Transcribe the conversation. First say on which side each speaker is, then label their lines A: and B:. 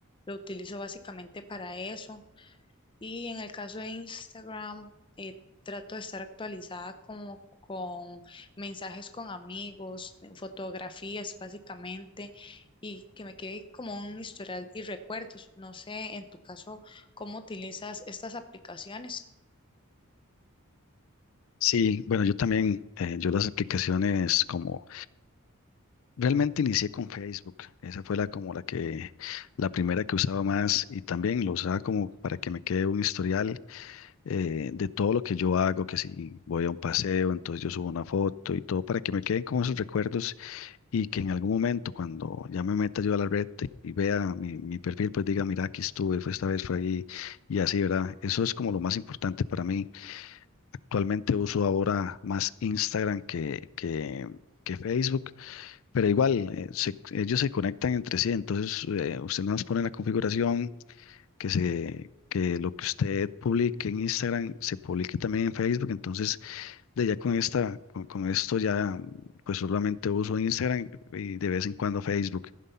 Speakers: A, on the left; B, on the left.
A: lo utilizo básicamente para eso. Y en el caso de Instagram, eh, trato de estar actualizada como con mensajes con amigos, eh, fotografías básicamente, y que me quede como un historial y recuerdos. No sé, en tu caso, ¿cómo utilizas estas aplicaciones?
B: Sí, bueno, yo también, eh, yo las aplicaciones como, realmente inicié con Facebook, esa fue la como la que, la primera que usaba más y también lo usaba como para que me quede un historial eh, de todo lo que yo hago, que si voy a un paseo, entonces yo subo una foto y todo para que me queden como esos recuerdos y que en algún momento cuando ya me meta yo a la red y vea mi, mi perfil, pues diga, mira, aquí estuve, fue esta vez, fue ahí y así, ¿verdad? Eso es como lo más importante para mí. Actualmente uso ahora más Instagram que, que, que Facebook, pero igual eh, se- ellos se conectan entre sí, entonces eh, usted nos pone la configuración que se... que lo que usted publique en Instagram se publique también en Facebook, entonces de ya con esta, con, con esto ya, pues solamente uso Instagram y de vez en cuando Facebook.